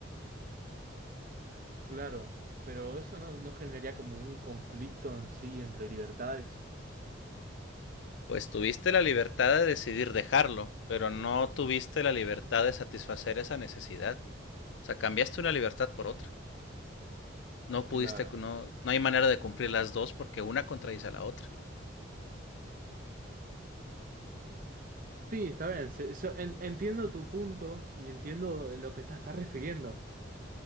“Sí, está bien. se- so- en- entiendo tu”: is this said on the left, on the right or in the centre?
Right